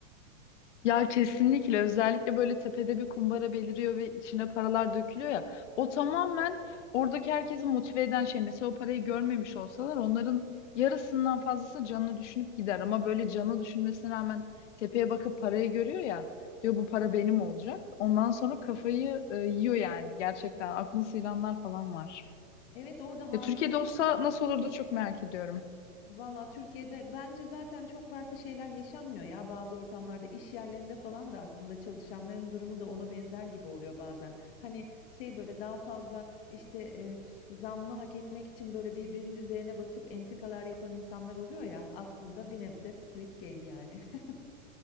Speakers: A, on the left; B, on the left.
A: Ya kesinlikle özellikle böyle tepede bir kumbara beliriyor ve içine paralar dökülüyor ya. O tamamen oradaki herkesi motive eden şey. Mesela o parayı görmemiş olsalar onların yarısından fazlası canını düşünüp gider. Ama böyle canı düşünmesine rağmen tepeye bakıp parayı görüyor ya. Diyor bu para benim olacak. Ondan sonra kafayı e, yiyor yani gerçekten. Aklını sıyıranlar falan var.
B: Evet orada hamile
A: Ya Türkiye'de
B: bir
A: olsa
B: kız
A: nasıl olurdu çok merak ediyorum.
B: Valla Türkiye'de bence zaten çok farklı şeyler yaşanmıyor ya. Bazı ortamlarda iş yerlerinde falan da aslında çalışanların durumu da ona benzer gibi oluyor bazen. Hani şey böyle daha fazla işte e, zammı hak etmek için böyle birbirinin üzerine basıp entrikalar yapan insanlar oluyor ya. Aslında bir nebze Squid Game yani. <laughs>